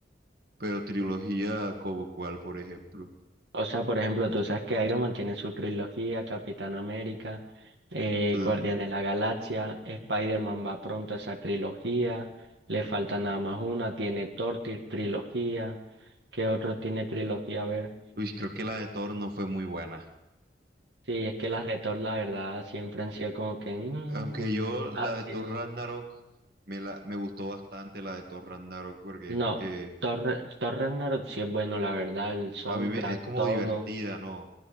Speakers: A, on the right; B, on the right.
A: Pero trilogía como cuál, por ejemplo.
B: O sea, por ejemplo, tú sabes que Iron Man tiene su trilogía, Capitán América, eh,
A: L-
B: Guardián de la Galaxia, Spider-Man va pronto a esa trilogía, le falta nada más una, tiene Thor tri- trilogía, ¿qué otro tiene trilogía? A ver,
A: Uy, creo que la de Thor no fue muy buena.
B: sí, es que las de Thor, la verdad, siempre han sido como que... mm,
A: Aunque yo la
B: así.
A: de Thor Ragnarok me, la, me gustó bastante la de Thor Ragnarok porque
B: No,
A: eh,
B: Thor, Thor Ragnarok sí es bueno, la verdad, el soundtrack,
A: a mí me- es como
B: todo,
A: divertida, ¿no?